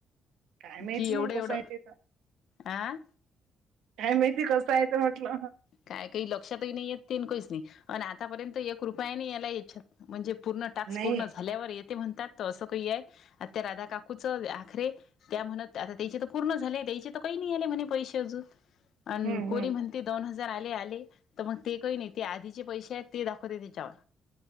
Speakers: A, on the right (about 85°); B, on the left (about 65°).
A: काय माहिती
B: की एवढं
A: मग
B: एवढं
A: कसं आहे ते
B: आं
A: काय माहिती कसं हायत म्हटलं.
B: काय काही लक्षातही नाही येत तीन कहीच नाही अनं आतापर्यंत एक रुपया नही आंला याच्यात नं. म्हणजे पूर्ण टाक्स
A: नाही
B: पूर्ण झा झाल्यावर येते म्हणतात त असं कही ये आता त्या राधा काकूचं आखरे त्या म्हणत आता त्यायचे तर पूर्ण झाले त्यायचे तर कय नाही आले म्हणे पैसे अजून अनं
A: हम्म
B: कोणी
A: हम्म
B: म्हण दोन हजार आले आले त मग ते कय नाही ते आधीचे पैसे आहेत ते दाखवते त्याच्यावर